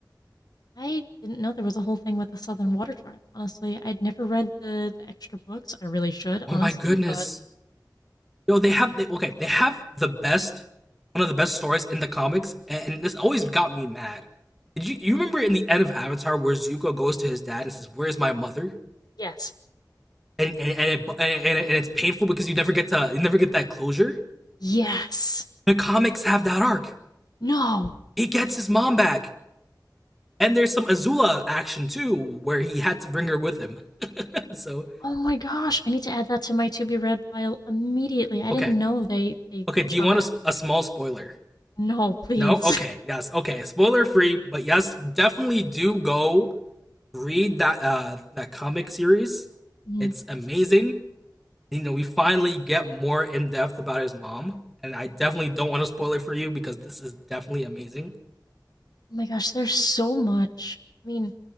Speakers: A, on the left; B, in the centre.
A: I didn't know there was a whole thing with the Southern Water Tribe. Honestly, I'd never read the, the extra books. I really should,
B: Oh
A: honestly.
B: my goodness!
A: But
B: yo, they have they, okay, they have the best one of the best stories in the comics, and, and this always got me mad. Did you you remember in the end of Avatar where Zuko goes to his dad and says, "Where's my mother?"
A: yes,
B: and and and, it, and, and, it's painful because you never get to you never get that closure.
A: Yes.
B: The comics have that arc.
A: No.
B: He gets his mom back, and there's some Azula action too where he had to bring her with him. <laughs> so
A: Oh my gosh, I need to add that to my to be read pile immediately. I
B: okay,
A: didn't know they they
B: okay.
A: touched
B: Do you
A: on
B: want
A: that.
B: a, a small spoiler?
A: No, please.
B: No. Okay.
A: <laughs>
B: Yes. Okay. Spoiler free, but yes, definitely do go read that uh that comic series.
A: Mhm.
B: It's amazing. You know, we finally get more in depth about his mom, and I definitely don't want to spoil it for you because this is definitely amazing.
A: Oh my gosh, there's so much. I mean,